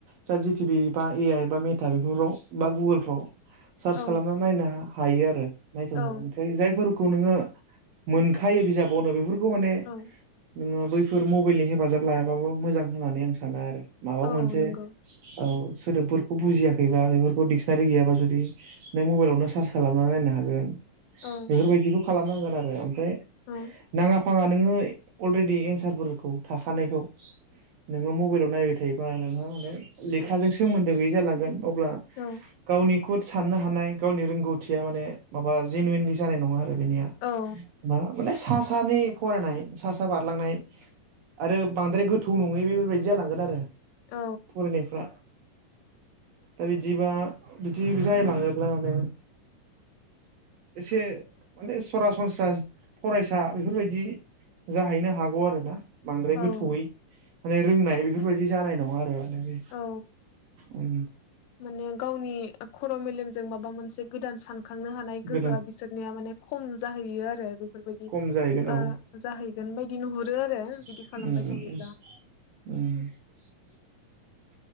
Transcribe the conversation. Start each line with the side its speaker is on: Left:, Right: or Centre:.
Right: जानजि टिभि बा ए आइ बा मेथा बेफोरफ्राव बा गुगोलफ्राव सार्च
Left: औ
Right: खालामना नायना हायो आरो नायथ ओमफ्राय
Left: औ
Right: जायफोर खौ नोङो मोनखायो बिजाबावनो बेफोर खौ माने
Left: औ
Right: नोङो बैफोर मबाइलनि हेफाजाब लायाबाबो मोजां होननानै आं सानो आरो माबा
Left: औ
Right: मोनसे
Left: नंगौ
Right: औ। सोदोबफोरखौ बुजियाखैबा बेफोरखौ डिक्सनारि गैयाबा जुदि नों मबाइलावनो सार्च खालामनानै नायनो हागोन। बेफोरबायदिखौ
Left: औ
Right: खालामनांगोन आरो ओमफ्राय
Left: औ
Right: नाङा फाङा नोङो अलरेडि एन्सारफोरखौ थाखानायखौ नोङो मबाइलाव नायबाय थायोबा नोंहा माने लेखाजों सोमोन्दो गैयि जालांगोन। अब्ला
Left: औ
Right: गावनि खुफुद साननो हानाय गावनि रोंगौथिया माने माबा जेन वनदि जानाय नङा आरो बेनिया
Left: औ
Right: मा माने सा सानि फरायनाय सा सा बारलांनाय आरो बांद्राय गोथौ नङै बेफोरबायाददि जालांगोन आरो
Left: औ
Right: फरायनायफ्रा दा बिदिबा बिदि जालाङोब्ला माने एसे माने सरासनस्रा फरायसा बेफोरबायदि जाहैनो हागौ आरो ना बांद्राय
Left: औ
Right: गोथौयै माने रोंनाय बेफोरबायदि जानाय नङा आरो माने
Left: औ
Right: उम
Left: माने गावनि खर' मेललिम जों माबा मोनसे गोदान सानखांनो हानाय गोहोआ
Right: गोदा
Left: बिसोरनिया माने खम जाहैयो आरो बेफोरबायदि
Right: खम जाहैगोन
Left: ओ
Right: औ
Left: जाहै बेबायायदि नुहरो आरो
Right: उम
Left: बिदि खालामबाय थायोब्ला
Right: उम उम
Left: औ
Right: उम